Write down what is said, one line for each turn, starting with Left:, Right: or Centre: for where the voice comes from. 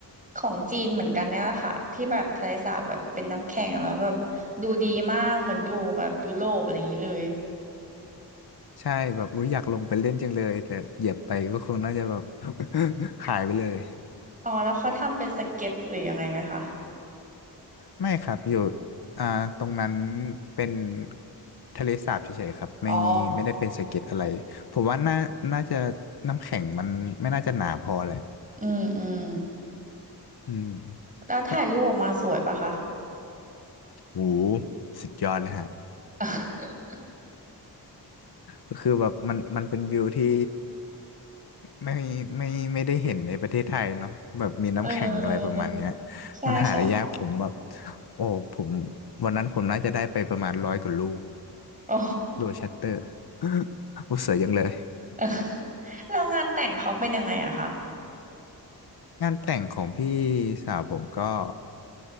Right: ของจีนเหมือนกันเนี่ยแหละค่ะที่แบบทะเลสาบแบบเป็นน้ำแข็งแล้วแบบดูดีมากเหมือนอยู่แบบยุโรปอะไรอย่างนี้เลย
Left: ใช่แบบอุ๊ยอยากลงไปเล่นจังเลยแต่เหยียบไปก็คงน่าจะแบบ <laughs> หายไปเลย
Right: อ๋อแล้วเขาทำเป็นสเก็ตหรือยังไงไหมคะ
Left: ไม่ครับอยู่อ่าตรงนั้นเป็นทะเลสาบเฉยๆครับไม่ไม่ได้เป็นสะเก็ดอะไรผมว่าน่าน่าจะ
Right: อ๋อ
Left: น้ำแข็งมันไม่น่าจะหนาพอแหละ
Right: อืมอืม
Left: อืม
Right: แล้วถ่ายรูปออกมาสวยปะคะ
Left: ถ้าโหสุดยอดเลยฮะ
Right: <laughs>
Left: ก็คือแบบมันมันเป็นวิวที่ไม่ไม่ไม่ได้เห็นในประเทศไทยเนาะแบบมีน้ำแข็งอะไรประมาณเนี้ย
Right: เออใช่ใช่
Left: มันหาได้ยากผมแบบโอ้ผมวันนั้นผมน่าจะได้ไปประมาณร้อยกว่าลูก
Right: โอ้
Left: โดยชัตเตอร์ <laughs> โอ้เสวยยังเลย
Right: <laughs> แล้วงานแต่งเขาเป็นยังไงอะคะ
Left: งานแต่งของพี่สาวผมก็